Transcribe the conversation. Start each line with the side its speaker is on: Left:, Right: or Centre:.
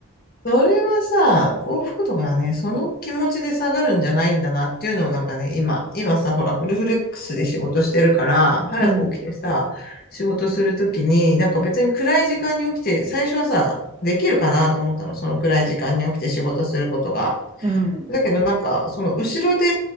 Left: それはさ、幸福とかはね、その気持ちで下がるんじゃないんだなっていうのをなんかね、今、今さ、ほら、フルフレックスで仕事してるから、早く起きてさ、
Right: うん。
Left: 仕事するときに、なんか別に暗い時間に起きて、最初はさ、できるかなと思ったの、その暗い時間に起きて仕事することが。
Right: うん。
Left: だけどなんか、その後ろで、